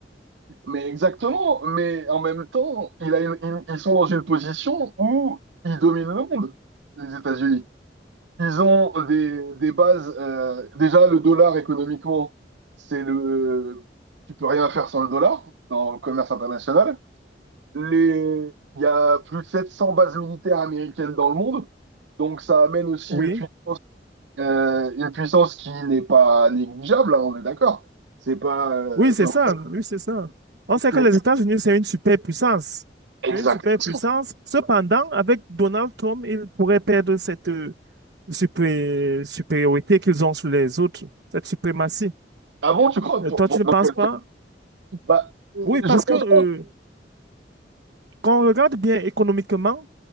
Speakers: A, on the right; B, on the right.
A: Mais exactement, mais en même temps, il a une- une- ils sont dans une position où ils dominent le monde, les États-Unis. Ils ont des, des bases. euh, déjà, le dollar économiquement, c'est le. Tu peux rien faire sans le dollar dans le commerce international. Les, il y a plus de 700 bases militaires américaines dans le monde, donc ça amène aussi
B: Oui.
A: une puissance, euh, une puissance qui n'est pas négligeable. hein, on est d'accord. C'est pas. euh,
B: Oui, c'est
A: enfin,
B: ça. Oui, c'est ça. On sait
A: c'est-
B: que les États-Unis, c'est une superpuissance.
A: Exactement.
B: C'est une superpuissance. Cependant, avec Donald Trump, ils pourraient perdre cette euh, supré- supériorité qu'ils ont sur les autres, cette suprématie.
A: Ah bon, tu crois?
B: Euh,
A: Pour-
B: Toi,
A: pour-
B: tu ne
A: pour
B: penses
A: quelle
B: pas?
A: fois Bah, euh,
B: Oui, parce
A: je pense
B: que euh,
A: que
B: quand on regarde bien économiquement,